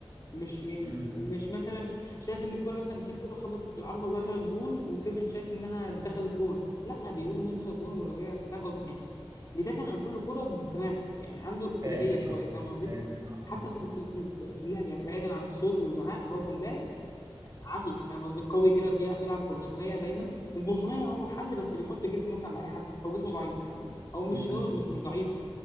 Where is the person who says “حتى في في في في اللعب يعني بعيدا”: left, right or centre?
Left